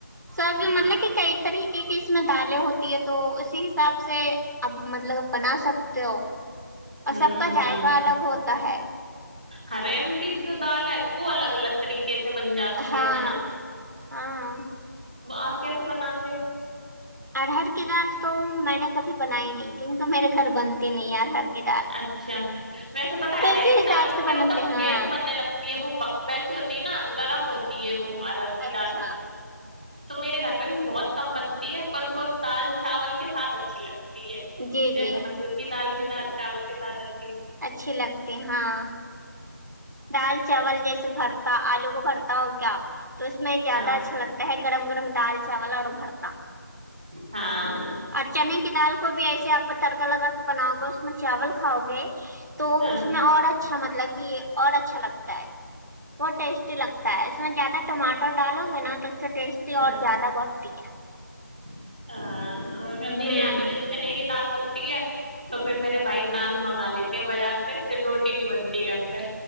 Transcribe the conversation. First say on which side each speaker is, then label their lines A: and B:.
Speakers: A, on the right; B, on the right.
A: سب
B: ہاں
A: مطلب کہ کئی طریقے کی کہ اس میں دالیں ہوتی ہے تو اسی حساب سے اب مطلب بنا سکتے ہو اور
B: ہوں
A: سب کا
B: ہوں
A: ذائقہ الگ ہوتا ہے
B: ہریر کی جو دال ہے وہ الگ الگ طریقے کیسے بن جاتی
A: ہاں
B: ہے ہے نا
A: ہاں
B: آپ کیسے بناتے ہو
A: ارہر کی دال تو میں نے کبھی بنائی نہیں کیونکہ میرے گھر بنتی نہیں ارہر کی دال
B: اچھا ویسے بتا
A: تو
B: آ رہا
A: اسی
B: ہے کہ
A: حساب
B: تال میں
A: سے
B: کیا
A: بناتے
B: ہوتا
A: ہیں۔ ہاں
B: گیس بننے لگتی ہے وہ ویسی ہوتی ہے نا گرم ہو یہ وہ اوررر کی
A: اچھا
B: دال تو میرے گھر پہ بھی بہت کم بنتی ہے پر وہ دال چاول کے ساتھ اچھی لگتی ہے
A: جی جی
B: ایس مسور کی دال بھی ج چاول کے سادھن
A: اچھی لگتی ہاں دال چاول جیسے بھر آلو کو پڑھتا ہو کیا تو اس میں زیادہ
B: ہاں
A: اچھا لگتا ہے کڑم کڑم دال چوول اورڑ پڑتاام
B: ہاں
A: اور چنے کی دال کو بھی ایسے آپ تڑکا لگا بناؤ گے اس میں چاول کھاؤ گے تو
B: ہاں
A: اس میں اور اچھا مطلب کہ اور اچھا لگتا ہے وہ ٹیسٹی لگتا ہے اس میں زیادہ ٹماٹر ڈالو گے نا تو اس سے ٹیسٹی
B: ہاں
A: اور زیادہ بڑھتی ہے
B: ہاں اور میرے
A: ہوں
B: یہاں پہ جیسے چ نئی کی تال بنتی ہے تو پھر میرے بھائی نان منگا لیتے ہیں بازار ھر روٹی نہیں بنتی گھر پ